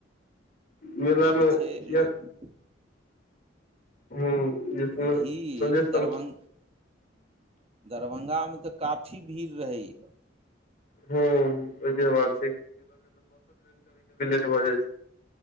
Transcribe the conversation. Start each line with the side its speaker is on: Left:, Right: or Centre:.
Right: आब
Left: मेलामे
Right: जे छै
Left: छ
Right: लोक
Left: ह्म जसमे
Right: भीड़
Left: संगे
Right: दरभं दरभंगामे तऽ काफी भीड़ रहैए
Left: हूँ इहे बात भ जा